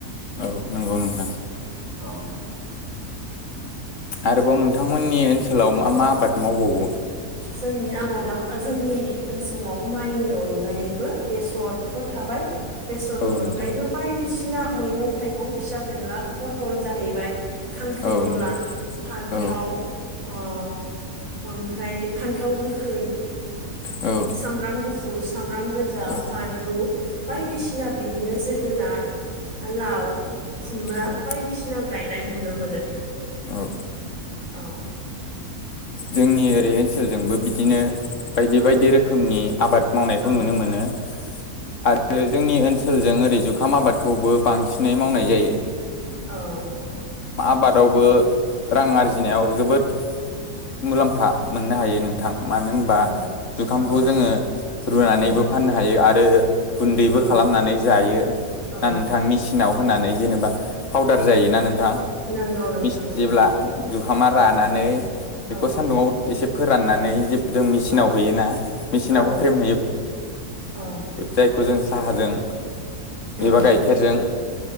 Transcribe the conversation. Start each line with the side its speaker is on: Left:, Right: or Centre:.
Left: औ नोंगौ नोंथां।
Right: औ
Left: आरोबाव नोंथांमोननि ओनसोलाव मा मा आबाद मावबावो।
Right: जोंनि आबादाव ओ जोंनि ओनसोलाव माइनि अनगायैबो बेसरथ' थाबाय। बेसरनि
Left: औ
Right: अनगायैबो
Left: नोंथां
Right: बायदिसिना मैगं थाइगं फिसा फेनला पथल जाहैबाय। खांख्रिखला
Left: औ नंगौ
Right: फान्थाव
Left: औ
Right: ओ ओमफ्राय फान्थाव गोखै।
Left: औ
Right: सामब्राम गुफुरस स सामब्राम गोजा
Left: औ
Right: फानलु बायदिसिना बिदिनो जोगोनार ओलाव। खुमब्रा
Left: औ
Right: बायदिसिना गायनाय नुनो मोनो।
Left: औ।
Right: औ।
Left: जोंनि ओरै ओनसोलजोंबो बिदिनो। बायदि
Right: औ
Left: बायदि रोखोमनि आबाद मावनायखौ
Right: औ
Left: नुनो मोनो। आरो जोंनि ओनसोलजों ओरै जुखाम आबादखौबो बांसिनै मावनाय जायो।
Right: औ औ।
Left: बादावबो रां आरजिनायाव जोबोद मुलाम्फा मोननो हायो नोंथां। मानो होमबा
Right: औ
Left: जुखामखौ
Right: औ
Left: जोङो रुनानैबो
Right: औ
Left: फाननो हायो आरो गुन्दैबो
Right: औ
Left: खालामनानै जायो
Right: औ
Left: ना नोंथांनिसि नाव होनानै जेनेबा पाउदार जायोना नोंथां
Right: नंगौ नोंथां
Left: मिस
Right: नंगौ
Left: जेब्ला जुखामा रानानै बेखौ
Right: औ
Left: सान्दुंङाव एसे फोराननानै जिब जों मेचिनाव
Right: औ
Left: होयोना मेचिनाव
Right: औ
Left: होख्रेम होयो।
Right: औ
Left: जायखौ जों साहाजों
Right: औ
Left: एबा गाइखेरजों।